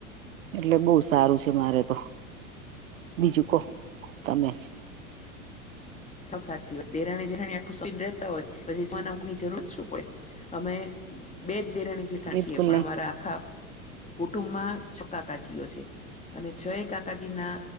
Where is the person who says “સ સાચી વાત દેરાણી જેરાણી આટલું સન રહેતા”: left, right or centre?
Left